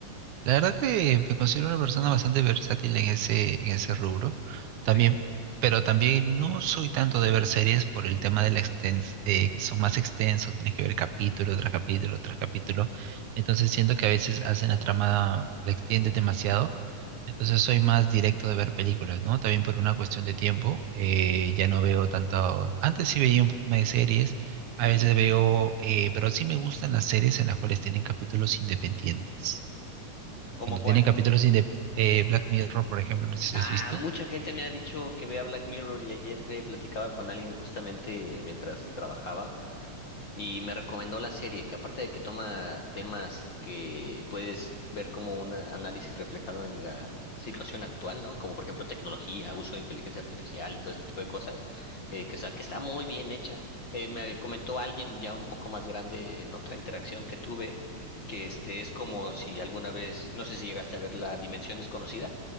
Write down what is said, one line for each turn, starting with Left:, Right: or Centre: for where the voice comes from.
Right: La verdad que me considero una persona bastante versátil en ese, en ese rubro. También,
Left: ¿Ok?
Right: pero también no soy tanto de ver series por el tema de la extens eh, que son más extensos, tienes que ver capítulo tras capítulo tras capítulo. Entonces siento que a veces hacen la trama, la extiende demasiado. Entonces soy más directo de ver películas, ¿no? También por una cuestión de tiempo, eh, ya no veo tanto. Antes sí veía un poco más de series, a
Left: Ujú.
Right: veces veo, eh, pero sí me gustan las series en las cuales tienen capítulos independientes.
Left: ¿Cómo
Right: Cuando
Left: cuál?
Right: tienen capítulos de Black Mirror, por ejemplo, no sé si
Left: Ah,
Right: has visto.
Left: mucha gente me ha dicho que vea Black Mirror y ayer eh, platicaba con alguien justamente mientras trabajaba. Y me recomendó la serie, que aparte de que toma temas que puedes ver como un análisis reflejado en la situación actual, ¿no? Como por ejemplo tecnología, uso de inteligencia artificial y todo este tipo de cosas, eh, que, o sea, que está muy bien hecha. Eh, me comentó alguien ya un poco más grande en otra interacción que tuve, que este es como si alguna vez, no sé si llegaste a ver La Dimensión Desconocida,